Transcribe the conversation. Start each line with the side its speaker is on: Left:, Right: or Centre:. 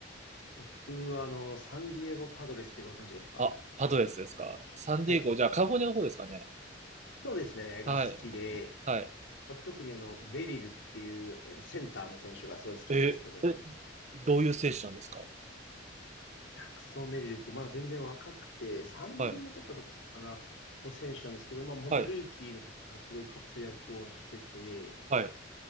Left: 僕は、あの、サンディエゴパドレスってご存知ですか
Right: あ、パドレスですか。サンディエゴ、
Left: はい。
Right: じゃあ、カリフォルニアの方ですかね。
Left: そうですね。が好きで、
Right: はい、はい。
Left: まあ、特にあの、メリルっていうえーセンターの選手がすごい好きなんですけど、
Right: え、え、どういう選手なんですか
Left: ジャクソン・メリルって、まだ全然若くて、3年目とかだったかな、
Right: はい、
Left: の選手なんですけど、まあ本当ルーキーの時からすごい活躍をしてて、
Right: はい、はい、